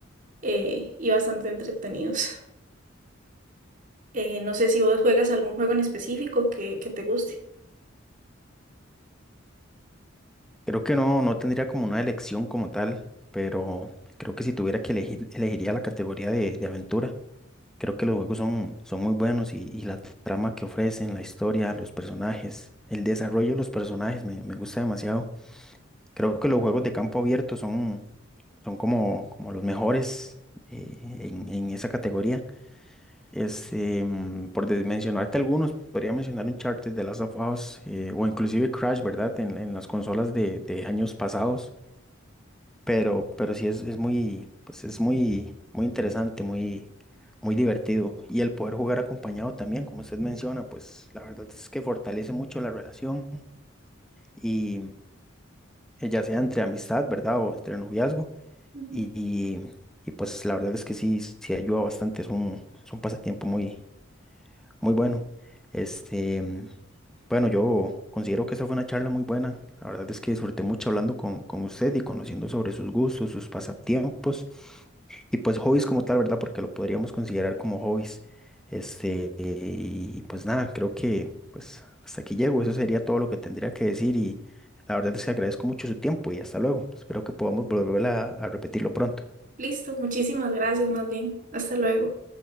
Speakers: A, on the right; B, in the centre.
A: eh, y bastante entretenidos. Eh, no sé si vos juegas algún juego en específico que, que te guste.
B: Creo que no, no tendría como una elección como tal, pero creo que si tuviera que elegir, elegiría la categoría de, de aventura. Creo que los juegos son, son muy buenos y, y la trama que ofrecen, la historia, los personajes, el desarrollo de los personajes me, me gusta demasiado. Creo que los juegos de campo abierto son, son como, como los mejores eh, en, en esa categoría. Es, eh, mm, por de- mencionarte algunos, podría mencionar Uncharted, The Last of Us eh, o inclusive Crash, ¿verdad? En, en las consolas de, de años pasados pero, pero sí es, es muy, pues es muy, muy interesante, muy, muy divertido. Y el poder jugar acompañado también, como usted menciona, pues la verdad es que fortalece mucho la relación y eh, ya sea entre amistad, ¿verdad? O entre noviazgo.
A: Ujú.
B: Y, y, y, pues la verdad es que sí, sí ayuda bastante, es un, es un pasatiempo muy, muy bueno. Este, bueno, yo considero que esa fue una charla muy buena. La verdad es que disfruté mucho hablando con, con usted y conociendo sobre sus gustos, sus pasatiempos y pues hobbies como tal, ¿verdad? Porque lo podríamos considerar como hobbies. Este, y pues nada, creo que pues hasta aquí llego. Eso sería todo lo que tendría que decir y la verdad es que agradezco mucho su tiempo y hasta luego. Espero que podamos volver a a repetirlo pronto.
A: Listo, muchísimas gracias más bien. Hasta luego.